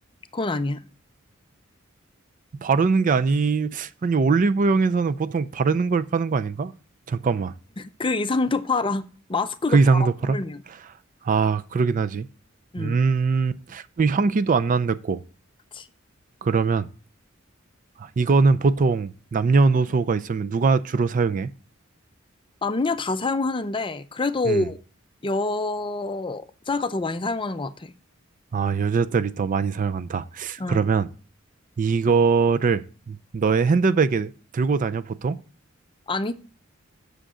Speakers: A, on the left (about 25°); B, on the right (about 40°).
A: 그건 아니야.
B: 바르는 게 아니, 아니, 올리브영에서는 보통 바르는 걸 파는 거 아닌가? 잠깐만,
A: 그 이상도 팔아. 마스크도
B: 그 이상도
A: 팔아,
B: 팔아?
A: 하물며.
B: 아, 그러긴 하지.
A: 음.
B: 음, 이 향기도 안 난댔고.
A: 그치.
B: 그러면 이거는 보통 남녀노소가 있으면 누가 주로 사용해?
A: 남녀 다 사용하는데, 그래도
B: 음.
A: 여자가 더 많이 사용하는 것 같아.
B: 아, 여자들이 더 많이 사용한다.
A: 응.
B: 그러면 이거를 너의 핸드백에 들고 다녀, 보통?
A: 아니?